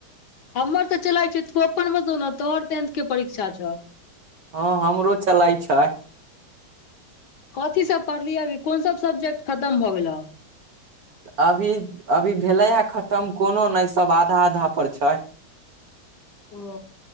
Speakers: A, on the left; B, on the right.
A: हमर तऽ चलै छ तु अपन बता न तोहर टेंथ कऽ परीक्षा छौ
B: हँ हमरो चलै छै
A: कथी सब पढ़लिय अभी कोन सब सब्जेक्ट खतम भऽ गेलो
B: अभी अभी भेले है खतम कोनो नै सब आधा आधा पर छै
A: ओ